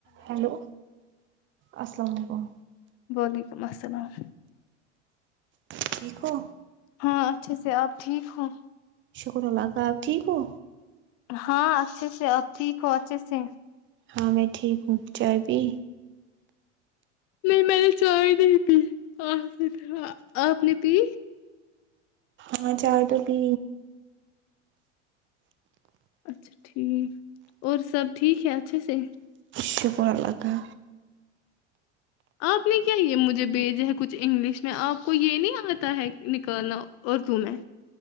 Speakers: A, on the right; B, on the left.
A: hello السلام علیکم
B: وعلیکم السلام
A: ٹھیک ہو
B: ہاں اچھے سے آپ ٹھیک ہو
A: شکر اللہ کا آپ ٹھیک ہو
B: ہاں اچھے سے آپ ٹھیک ہو اچھے سے
A: ہاں میں ٹھیک ہوں چائے پی
B: نہیں میں نے چائے نہیں پی آ آپ نے پی
A: ہاں چائے تو پی
B: اچھا ٹھیک اور سب ٹھیک ہے اچھے سے
A: شکر اللہ کا
B: آپ نے کیا یے مجھے بھیج ہے کچھ انگلش میں آپ کو یے نہیں آتا ہے نکالنا اردو میں